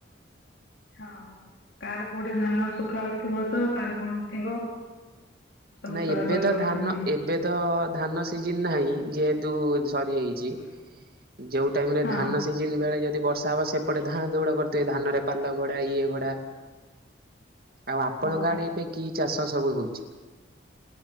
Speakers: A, on the left (about 80°); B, on the right (about 55°).
A: ହଁ ତାର କୋଉଠି ଧାନ ଶୁଖାଉଥିବ ତ କାର କଣ ଥିବ। ସବୁ
B: ନା
A: ତୋଳା
B: ଏବେ
A: ତୋଳି
B: ତ
A: କରୁଛନ୍ତି।
B: ଧାନ ଏବେ ତ ଧାନ ସିଜନ ନାହିଁ ଯେହେତୁ ସରି ଯାଇଛି।
A: <inaudible>
B: ଯୋଉ ଟାଇମ ରେ
A: ହଁ।
B: ଧାନ ସିଜନ ବେଳେ ଯଦି ବର୍ଷା ହବ ସେପଟ ଧାଁ ଦୌଡ କରୁଥିବେ ଧାନରେ ପାଲ ଘୋଡା ଇଏ ଘୋଡା। ଆଉ ଆପଣଙ୍କ
A: ହଁ
B: ଆଡେ ଏବେ କି ଚାଷ ସବୁ ହଉଛି?